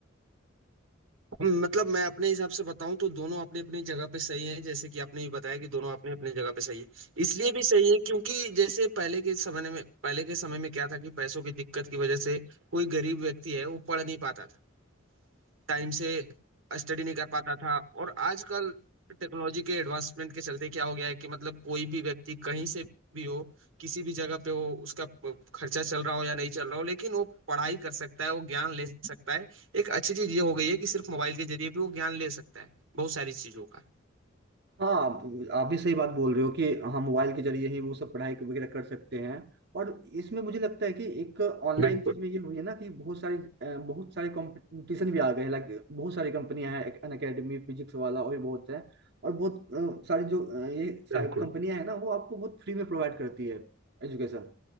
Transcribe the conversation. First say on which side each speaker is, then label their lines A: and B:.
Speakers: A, on the right; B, on the right.
A: मतलब मैं अपने हिसाब से बताऊं तो दोनों अपनी अपनी जगह पे सही है जैसे कि आपने भी बताया कि दोनों अपने अपने जगह पे सही है इसलिए भी सही है क्योंकि जैसे पहले के समय में पहले के समय में क्या था कि पैसों की दिक्कत की वजह से कोई गरीब व्यक्ति है वो पढ़ नहीं पाता था टाइम से स्टडी नहीं कर पाता था और आजकल टेक्नोलॉजी के एडवांसमेंट के चलते क्या हो गया है कि मतलब कोई भी व्यक्ति कहीं से भी हो किसी भी जगह पे हो उसका प- खर्चा चल रहा हो या नहीं चल रहा हो लेकिन वो पढ़ाई कर सकता है वो ज्ञान ले सकता है एक अच्छी चीज ये हो गई है कि सिर्फ मोबाइल के जरिए भी वो ज्ञान ले सकता है बहुत सारी चीजों का
B: हाँ आप आप भी सही बात बोल रहे हो कि हम मोबाइल के जरिए ही वो सब पढ़ाई वगैरह कर सकते हैं और इसमें मुझे लगता है कि एक ऑनलाइन
A: बिल्कुल
B: चीज में ये हुई है ना कि बहुत सारे अ, बहुत सारे कंपटीशन भी आ गए हैं लाइक बहुत सारी कंपनियां हैं अन अकेडमी फिजिक्स वाला और भी बहुत है और बहुत अ, सारी जो अ, ये साइट
A: बिल्कुल
B: कंपनियां हैं ना वो आपको बहुत फ्री में प्रोवाइड करती है एजुकेशन